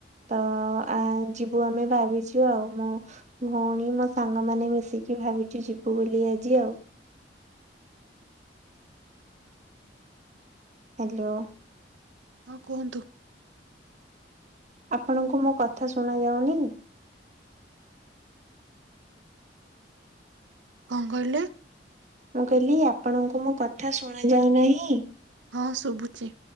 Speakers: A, on the right; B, on the right.
A: ତ ଆ ଯିବୁ ଆମେ ଭାବିଛୁ ଆଉ ମୋ ଭଉଣୀ ମୋ ସାଙ୍ଗମାନେ ମିଶିକି ଭାବିଛୁ ଯିବ ଉ ବୁଲି ଆଜି ଆଉ। ହାଲୋ।
B: ହଁ କୁହନ୍ତୁ।
A: ଆପଣଙ୍କୁ ମୋ କଥା ଶୁଣା ଯାଉନି?
B: କଣ କହିଲେ?
A: ମୁଁ କହିଲି ଆପଣଙ୍କୁ ମୋ କଥା ଶୁଣା ଯାଉ ନାହିଁ?
B: ହଁ ଶୁଭୁଛି